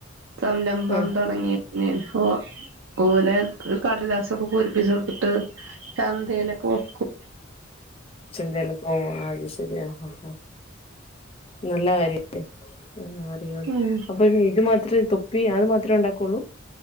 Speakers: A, on the right; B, on the left.
A: സംരംഭം
B: ആ
A: തുടങ്ങി പിന്ന ഓ ഓലെ ഒരു കടലാസൊക്കെ പൂരിപ്പിച്ചോടുത്തിട്ട് ചന്തയിലൊക്കെ വെക്കും
B: ചന്തല് പോവും അത് ശരിയാആഹ് ഹാ നല്ല കാര്യല്ലേ ആഹ് അറിയാം
A: ഉം
B: അപ്പൊ ഇത് മാത്രമേ തൊപ്പി അത് മാത്രമേ ഉണ്ടാക്കുള്ളൂ